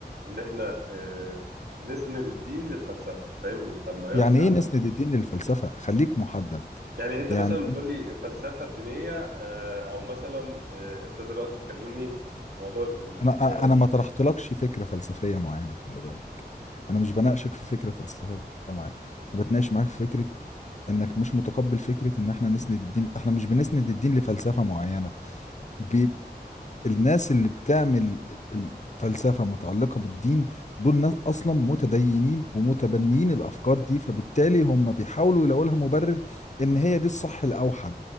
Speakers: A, on the right; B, on the left.
A: ان احنا آه، نسند الدين للفلسفه فاهم يبقى المعيار
B: يعني
A: بتاعنا
B: ايه نسند الدين للفلسفة خليك محدد
A: يعني انت
B: يعني
A: مثلا بتقول لي الفلسفه الدينيه آه، او مثلا آه، انت دلوقتي بتكلمني في موضوع ال- ال-
B: انا
A: اه
B: انا ما طرحتلكش فكره فلسفيه معينه خلي بالك انا مش بناقشك في فكره فلسفيه معينه انا بتناقش معاك في فكره انك مش متقبل فكره ان احنا نسند الدين احنا مش بنسند الدين لفلسفه معينه ب... الناس اللي بتعمل الفلسفة متعلقة بالدين دول ناس أصلا متدينين ومتبنيين الأفكار دي فبالتالي هم بيحاولوا يلاقوا لها مبرر إن هي دي الصح الأوحد